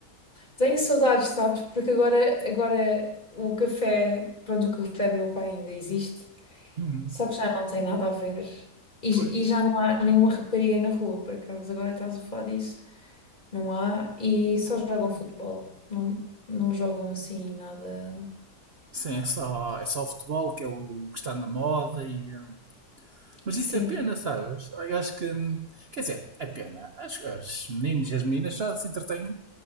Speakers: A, on the left (about 30°); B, on the right (about 45°).
A: Tenho saudades, sabes? Porque agora, agora o café, pronto, o café do meu pai ainda existe.
B: Hum,
A: Só que já não tem nada a ver. E,
B: pois.
A: e já não há nenhuma rapariga na rua, por acaso agora estás a falar disso. Não há, e só jogam futebol. Não, não jogam assim nada.
B: Sim, é só, é só o futebol que é o que está na moda e. hum, Mas
A: Sim.
B: isso é pena, sabes? Eu acho que. hum, Quer dizer, é pena. Acho que os meninos e as meninas já se entretêm